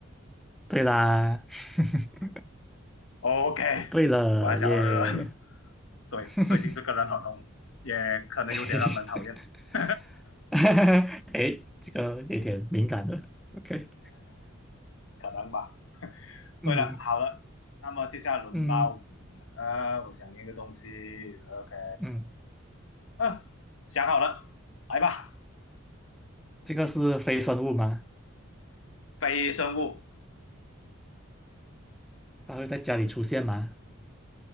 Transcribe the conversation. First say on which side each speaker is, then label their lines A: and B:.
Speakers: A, in the centre; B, on the left.
A: 对啦，<laughs>
B: ，OK，
A: 对了耶。
B: 果然想的人，<laughs> 对，
A: <laughs>
B: 最近这个人很红，也可能有点让人讨厌，
A: OK，
B: <laughs>
A: <laughs> 哎这个有点敏感了。OK，
B: 可能吧。
A: 嗯
B: 对了，好了，那么接下来轮到我了，
A: 嗯
B: 呃，我想一个东西，OK，
A: 嗯，
B: 嗯、啊想好了，来吧，
A: 这个是非生物吗？
B: 非生物
A: 它会在家里出现吗？